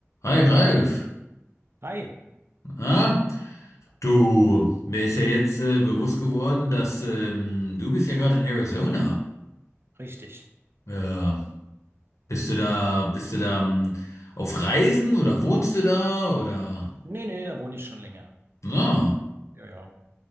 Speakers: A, on the left; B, on the right.
A: Hi Ralf,
B: Hi,
A: na? Du, mir ist ja jetzt äh, bewusst geworden, dass ähm, du bist ja gerade in Arizona.
B: richtig.
A: Ja. Bist du da, bist du da ähm, auf Reisen oder wohnst du da oder?
B: Nee, nee, da wohne ich schon länger.
A: Na,
B: Ja, ja.